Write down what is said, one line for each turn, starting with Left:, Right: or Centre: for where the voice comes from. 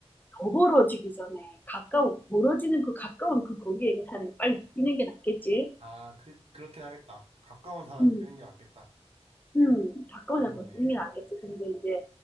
Left: 더 벌어지기 전에 가까운 멀어지는 그 가까운 그 거리의 는사을 빨리 뛰는 게 낫겠지.
Right: 아, 그, 그렇긴 하겠다. 가까운 사람이
Left: 음,
Right: 뛰는 게 맞겠다
Left: 음, 가까우나
Right: 그렇네.
Left: 더 뛰는 게 낫겠지. 근데 이제